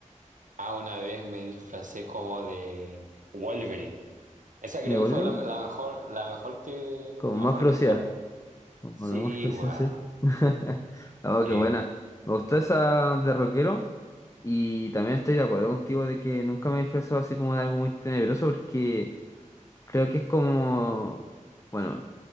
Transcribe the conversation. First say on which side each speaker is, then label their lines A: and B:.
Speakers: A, on the right (about 75°); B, on the left (about 25°).
A: Ah, una vez me disfracé como de Wolverine. Esa creo
B: ¿De Halloween
A: que fue la, la mejor, la mejor que,
B: con
A: mejor
B: más velocidad.
A: disfraz.
B: Hablamos
A: Sí,
B: recién,
A: weón.
B: sí. <laughs> Oh,
A: Sí.
B: qué buena. Me gustó esa de rockero. Y también estoy de acuerdo contigo de que nunca me he disfrazado así como de algo muy tenebroso porque creo que es como... Bueno,